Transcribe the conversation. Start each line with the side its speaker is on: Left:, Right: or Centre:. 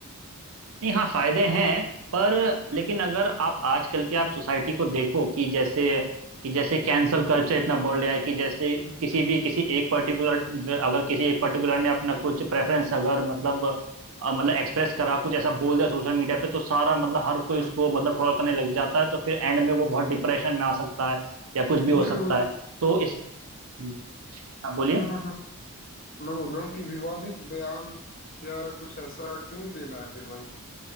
Right: नहीं हाँ फायदे हैं पर
Left: हम्म
Right: लेकिन अगर आप आजकल की आप सोसाइटी को देखो कि जैसे कि जैसे कैंसल कल्चर इतना बढ़ गया है कि जैसे किसी भी किसी एक पर्टिकुलर अगर किसी एक पर्टिकुलर ने अपना कुछ प्रेफरेंस अगर मतलब अ, मतलब एक्सप्रेस करा कुछ ऐसा बोल दिया सोशल मीडिया पे तो सारा मतलब हर कोई
Left: हम्म
Right: उसको मतलब ट्रोल करने लग जाता है तो फिर एंड में वो बहुत डिप्रेशन में आ सकता है या कुछ भी
Left: तो
Right: हो सकता
Left: फिर हम्म
Right: है तो इस हम्म, हाँ बोलिए
Left: हम्म हम्म हम्म, मैं बोल रहा हूँ कि विवादित बयान या कुछ ऐसा क्यों देना है फिर भाई